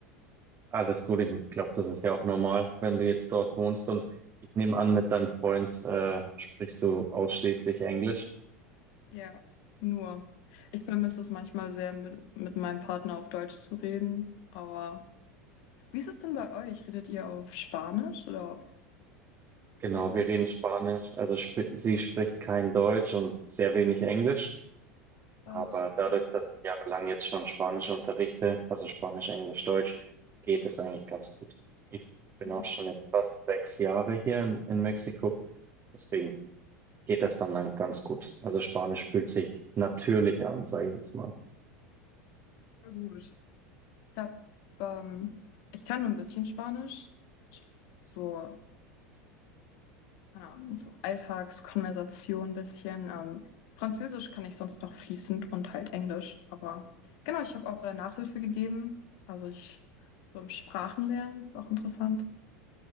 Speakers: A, on the right; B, on the left.
A: Alles gut, ich glaube, das ist ja auch normal, wenn du jetzt dort wohnst und ich nehme an, mit deinem Freund äh, sprichst du ausschließlich Englisch.
B: Ja, nur. Ich vermisse es manchmal sehr, mit, mit meinem Partner auf Deutsch zu reden. Aber wie ist es denn bei euch? Redet ihr auf Spanisch oder auf
A: Genau,
B: Englisch?
A: wir reden Spanisch, also spri sie spricht kein Deutsch und sehr wenig Englisch,
B: Was?
A: aber dadurch,
B: Okay.
A: dass ich jahrelang jetzt schon Spanisch unterrichte, also Spanisch, Englisch, Deutsch, geht es eigentlich ganz gut. Ich bin
B: Cool.
A: auch schon jetzt fast sechs Jahre hier in, in Mexiko, deswegen geht das dann, dann ganz gut. Also Spanisch fühlt sich natürlich an, sage ich jetzt mal.
B: Na gut. Ich hab, ähm, ich kann nur ein bisschen Spanisch. So keine Ahnung, so Alltagskonversation ein bisschen. Ähm, Französisch kann ich sonst noch fließend und halt Englisch. Aber genau, ich habe auch äh, Nachhilfe gegeben. Also ich so im Sprachenlernen ist auch interessant.